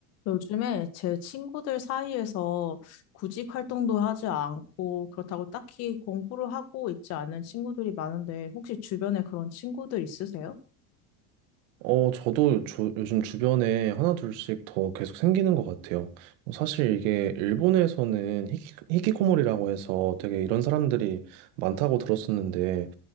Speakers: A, on the left; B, on the right.
A: 요즘에 제 친구들 사이에서 구직 활동도 하지 않고 그렇다고 딱히 공부를 하고 있지 않은 친구들이 많은데 혹시 주변에 그런 친구들 있으세요?
B: 어, 저도 조- 요즘 주변에 하나 둘씩 더 계속 생기는 것 같아요. 어, 사실 이게 일본에서는 히키, 히키코모리라고 해서 되게 이런 사람들이 많다고 들었었는데